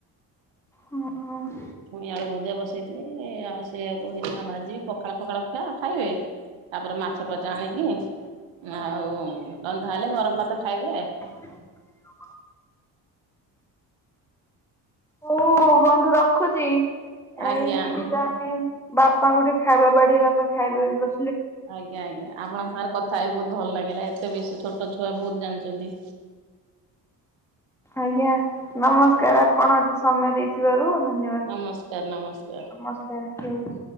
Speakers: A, in the centre; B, on the right.
A: ହୁଁ-ହୁଁ।
B: ପୁଣି ଆଳୁ ଭଜା ବସେଇଥିଲି ଆଉ ସେଆକୁ ଭାଜିବି ପଖାଳ ଫଖାଳ ଖିଆ ଖାଇବେ। ତାପରେ ମାଛ ଫାଛ ଆଣିକି ଆଉ ରନ୍ଧା ହେଲେ ଗରମ ଭାତ ଖାଇବେ।
A: ହଁ <unintelligible> ହଉ ବନ୍ଧୁ ରଖୁଛି ଏଇ
B: ଆଜ୍ଞା।
A: ଟିକେ ଯାହେ ବାପାଙ୍କୁ ଟିକେ ଖାଇବା ବାଡି ବାପା ଖାଇବେ ବୋଲି ବ
B: ଆଜ୍ଞା-ଆଜ୍ଞା ଆପଣଙ୍କ ସାଙ୍ଗରେ କଥା ଥାଇ ବହୁତ ଭଲ ଲାଗିଲା ଏତେ ବି ଛୋଟ ଛୁଆ ବହୁତ ଜାଣିଛନ୍ତି।
A: ଆଜ୍ଞା ନମସ୍କାର ଆପଣ ଏତେ ସମୟ ଦେଇଥିବାରୁ। ଧନ୍ୟବାଦ
B: ନମସ୍କାର ନମସ୍କାର।
A: ନମସ୍କାର।